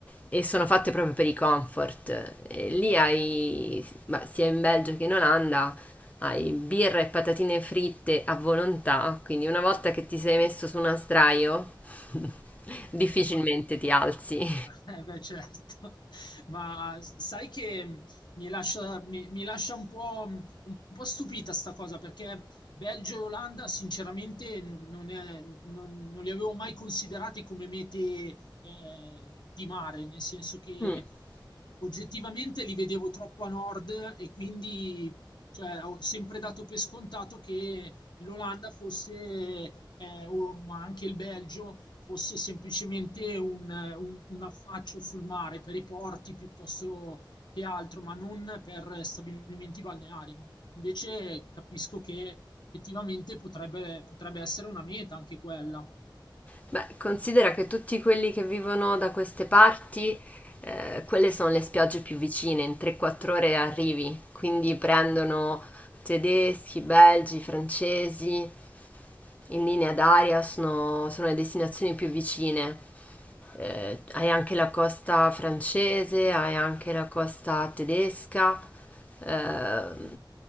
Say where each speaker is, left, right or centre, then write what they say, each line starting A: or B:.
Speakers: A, on the left (about 15°); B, on the left (about 60°).
A: e sono fatte proprio per i comfort. E lì hai, ma sia in Belgio che in Olanda, hai birra e patatine fritte a volontà, quindi una volta che ti sei messo su una sdraio, <laughs> difficilmente
B: Vuoi
A: ti alzi.
B: <laughs> Eh beh certo, <laughs> ma sai che mm, mi lascia, mi, mi lascia un po', mh, un po' stupita sta cosa perché Belgio e Olanda sinceramente n- non, è- non- non li avevo mai considerati come mete eh, di mare, nel senso che
A: <laughs>
B: oggettivamente li vedevo troppo a nord e quindi cioè, ho sempre dato per scontato che l'Olanda fosse, eh, o, ma anche il Belgio, fosse semplicemente un, un- un affaccio sul mare per i porti piuttosto che altro, ma non per stabilimenti balneari. Invece capisco che effettivamente potrebbe, potrebbe essere una meta anche quella.
A: Beh, considera che tutti quelli che vivono da queste parti, eh, quelle sono le spiagge più vicine, in 3-4 ore arrivi, quindi prendono tedeschi, belgi, francesi, in linea d'aria sono, sono le destinazioni più vicine. Eh, hai anche la costa francese, hai anche la costa tedesca. ehm,